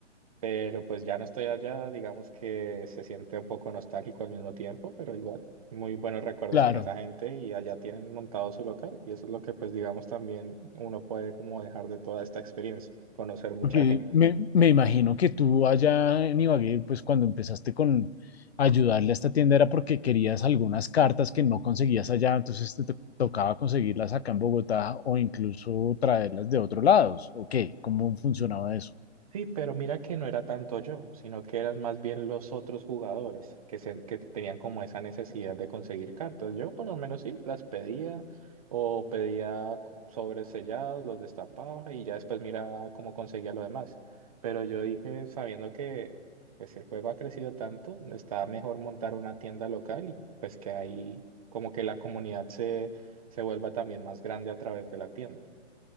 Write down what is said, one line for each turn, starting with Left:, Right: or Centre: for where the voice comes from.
Right: pero pues ya no estoy allá, digamos que se siente un poco nostálgico al mismo tiempo, pero igual, muy buenos recuerdos
Left: claro.
Right: con esa gente y allá tienen montado su local y eso es lo que pues digamos también uno puede como dejar de toda esta experiencia, conocer mucha
Left: Porque
Right: gente.
Left: me, me imagino que tú allá en Ibagué, pues cuando empezaste con ayudarle a esta tienda era porque querías algunas cartas que no conseguías allá, entonces te to- tocaba conseguirlas acá en Bogotá o incluso traerlas de otros lados. ¿O qué? ¿Cómo funcionaba eso?
Right: Sí, pero mira que no era tanto yo, sino que eran más bien los otros jugadores que, se, que tenían como esa necesidad de conseguir cartas. Yo por lo menos sí, las pedía o pedía cu- sobres sellados, los destapaba y ya después miraba cómo conseguía lo demás. Pero yo dije, sabiendo que pues el juego ha crecido tanto, está mejor montar una tienda local y pues que ahí como que la comunidad se, se vuelva también más grande a través de la tienda.